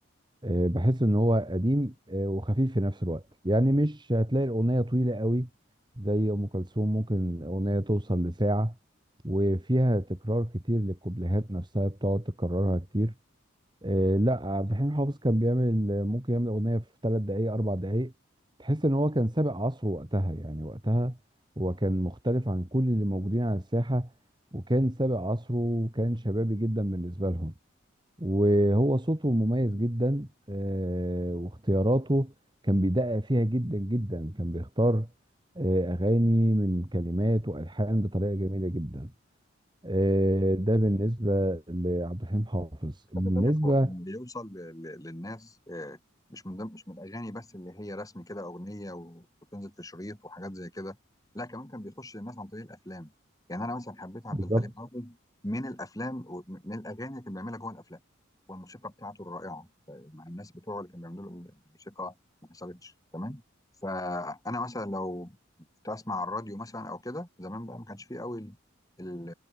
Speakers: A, on the right; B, on the left.
A: آه، بحس ان هو قديم آه، وخفيف في نفس الوقت يعني مش هتلاقي الاغنيه طويله قوي زي ام كلثوم ممكن اغنيه توصل لساعه وفيها تكرار كتير للكوبليهات نفسها بتقعد تكررها كتير آه، لا عبد الحليم حافظ كان بيعمل آه، ممكن يعمل اغنيه في ثلاث دقائق اربع دقائق تحس ان هو كان سابق عصره وقتها يعني وقتها هو كان مختلف عن كل اللي موجودين على الساحه وكان سابق عصره وكان شبابي جدا بالنسبه لهم وهو صوته مميز جدا آه، واختياراته كان بيدقق فيها جدا جدا كان بيختار آه، أغاني من كلمات وألحان بطريقة جميلة جدا آه، ده بالنسبة لعبد الحليم حافظ بالنسبة
B: خلي بالك هو اللي بيوصل ل- ل- للناس آه، مش من ضمن مش من الاغاني بس اللي هي رسمي كده اغنيه و- وتنزل في شريط وحاجات زي كده لا كمان كان بيخش للناس عن طريق الافلام يعني انا مثلا حبيت عبد
A: بالظبط
B: الحليم حافظ من الافلام ومن الاغاني اللي كان بيعملها جوه الافلام والموسيقى بتاعته الرائعه ف- مع الناس بتوعه اللي كانوا بيعملوا له الموسيقى ما حصلتش تمام فانا مثلا لو كنت اسمع على الراديو مثلا او كده زمان بقى ما كانش فيه قوي ال- ال-